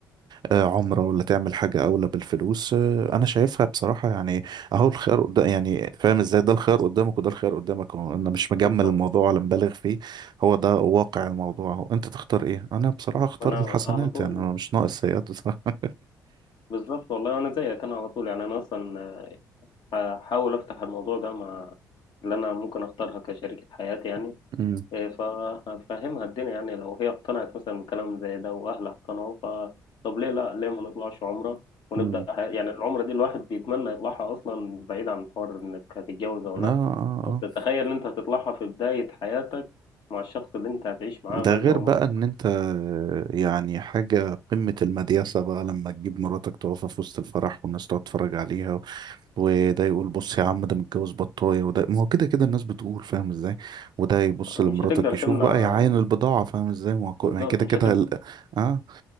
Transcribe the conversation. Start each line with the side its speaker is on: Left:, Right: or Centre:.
Right: آه، عمرة ولا تعمل حاجة أولى بالفلوس آه، أنا شايفها بصراحة يعني أهو الخيار قدام يعني فاهم إزاي ده الخيار قدامك وده الخيار قدامك هو أنا مش مجمل
Left: بالظبط
Right: الموضوع ولا مبالغ فيه هو ده واقع الموضوع هو أنت تختار إيه أنا بصراحة أختار
Left: أنا
Right: الحسنات
Left: على طول
Right: يعني أنا مش ناقص سيئات بصراحة
Left: بالظبط والله أنا زيك أنا على طول يعني أنا أصلا هحاول أفتح الموضوع ده مع اللي أنا ممكن أختارها كشريكة حياتي يعني
Right: <laughs> امم
Left: فهفهمها الدنيا يعني لو هي اقتنعت مثلا بكلام زي ده واهلها اقتنعوا ف طب ليه لا ليه ما نطلعش عمره ونبدا
Right: امم
Left: ح... يعني العمره دي الواحد بيتمنى يطلعها اصلا بعيد عن حوار انك هتتجوز او
Right: آه
Left: لا
Right: آه آه
Left: بس تخيل ان انت هتطلعها في بدايه حياتك مع الشخص اللي انت هتعيش معاه
Right: ده
Left: باقي
Right: غير
Left: عمرك
Right: بقى ان انت يعني حاجة قمة المدياسة بقى لما تجيب مراتك تقفها في وسط الفرح والناس تقعد تتفرج عليها وده يقول بص يا عم ده متجوز بطاية وده ما هو كده كده الناس بتقول فاهم ازاي وده يبص
Left: مش
Right: لمراتك
Left: هتقدر
Right: يشوف
Left: تمنع
Right: بقى يعاين البضاعة فاهم ازاي ما هو كو-
Left: بالظبط
Right: ما هي كده
Left: مش
Right: كده
Left: هتقدر
Right: ال- اه